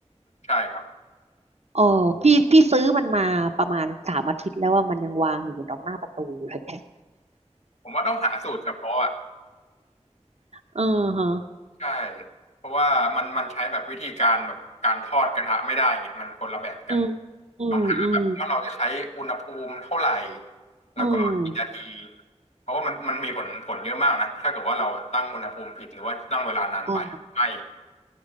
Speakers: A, on the left; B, on the right.
A: ใช่ครับ
B: เออพี่พี่ซื้อมันมาประมาณสามอาทิตย์แล้วว่ามันยังวางอยู่ตรงหน้าประตูอยู่เลย
A: ผมว่าต้องหาสูตรเฉพาะอ่ะ
B: เออฮะ
A: ใช่เพราะว่ามันมันใช้แบบวิธีการแบบการทอดกระทะไม่ได้ไงมันคนละแบบกัน
B: อืมอืมอืม
A: ต้องหาแบบว่าเราจะใช้อุณหภูมิเท่าไหร่แล้วก็กี่นาที
B: อืม
A: เพราะว่ามันมันมีผลผลเยอะมากนะถ้าเกิดว่าเราตั้งอุณหภูมิผิดหรือว่าตั้งเวลานานไปไหม่
B: อ๋อ